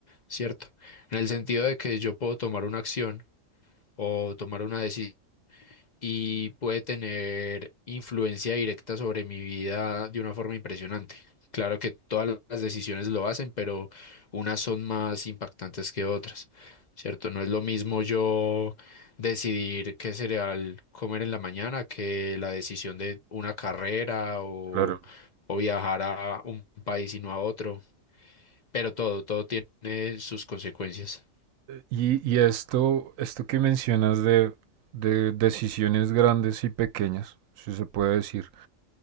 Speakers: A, on the left (about 50°); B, on the right (about 80°).
A: ¿cierto? En el sentido de que yo puedo tomar una acción o tomar una decisión y puede tener influencia directa sobre mi vida de una forma impresionante. Claro que todas las decisiones lo hacen, pero unas son más impactantes que otras, ¿cierto? No es lo mismo yo decidir qué cereal comer en la mañana que la decisión de una carrera o,
B: Claro.
A: o viajar a un país y no a otro, pero todo, todo tiene sus consecuencias.
B: Y, y esto, esto que mencionas de, de decisiones grandes y pequeñas, si se puede decir,